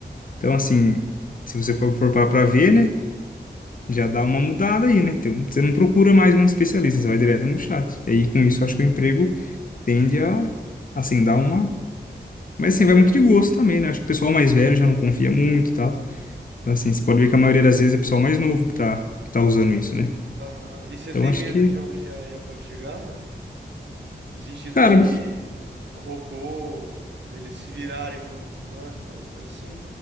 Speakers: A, on the left; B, on the right.
A: Então, assim, se você for, for parar pra ver, né? Já dá uma mudada aí, né? então Você não procura mais um especialista, você vai direto no chat. E aí, com isso, eu acho que o emprego tende a, assim, dar uma. Mas, assim, vai
B: É.
A: muito de gosto também, né? Acho que o pessoal mais velho já não confia muito e tal. Então, assim, você pode ver que a maioria das vezes é o pessoal mais novo que tá, que tá usando isso, né?
B: Aham. E você
A: Então,
B: tem
A: acho
B: medo
A: que.
B: de onde a IA pode chegar, mano? No sentido
A: cara
B: de robô, deles se virarem contra os humanos, alguma coisa assim?